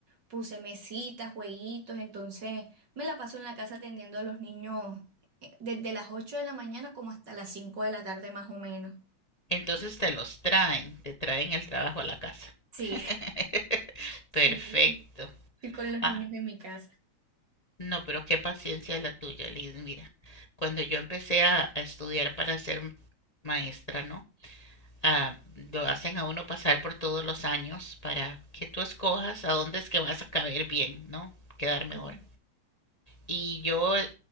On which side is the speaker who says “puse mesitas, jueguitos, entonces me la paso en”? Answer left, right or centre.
Right